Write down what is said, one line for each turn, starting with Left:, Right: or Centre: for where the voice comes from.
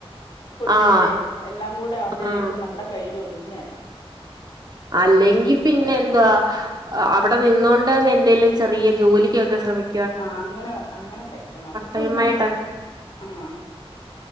Left: ഫുഡിന്റിം
Right: ആഹ്
Left: എല്ലാം കൂടെ ആവുമ്പോഴേക്കും
Right: ആഹ്
Left: നമ്മടെ കയ്യല് ഒതുങ്ങേല
Right: അല്ലെങ്കി
Left: അപ്പൊ
Right: പിന്നെ
Left: വേണ്ട
Right: എന്ത്യാ അ അവടെ നിന്നോണ്ട് തന്നെ എന്തെലും ചെറിയ ജോലിക്കൊക്കെ ശ്രമിക്ക്‌-
Left: ആഹ് അങ്ങനെ അങ്ങനെ പറ്റണം അത് ഇപ്പ
Right: ടൈം
Left: നമ്മള്
Right: ആയിട്ടൊക്കെ
Left: ആഹ്